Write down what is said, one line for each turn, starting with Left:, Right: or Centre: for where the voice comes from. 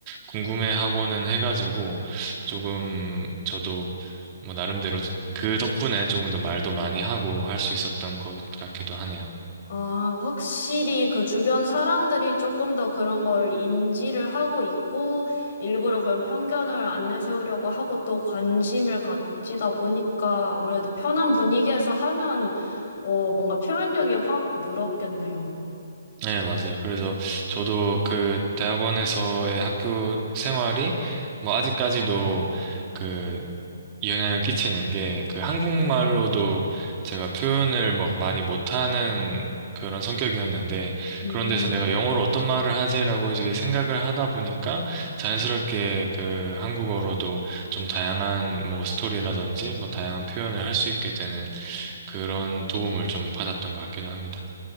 Right: 궁금해하고는 해가지고, 조금 저도 뭐, 나름대로 그 덕분에 조금 더 말도 많이 하고 할 수 있었던 것 같기도 하네요.
Left: 아, 확실히 그 주변 사람들이 조금 더 그런 걸 인지를 하고 있고, 일부러 그런 편견을 안 내세우려고 하고 또 관심을 가지다 보니까 아무래도 편한 분위기에서 하면, 어, 뭔가 표현력이 확 늘었겠네요.
Right: 네, 맞아요. 그래서 저도 그 대학원에서의 학교 생활이 뭐 아직까지도 그 영향을 끼치는 게 그 한국말로도 제가 표현을 뭐 많이 못하는 그런 성격이었는데
Left: 음.
Right: 그런 데서 내가 영어로 어떤 말을 하지라고 이제 생각을 하다 보니까 자연스럽게 그 한국어로도 좀 다양한 뭐 스토리라든지 뭐 다양한 표현을 할 수 있게 되는 그런 도움을 좀 받았던 것 같기도 합니다.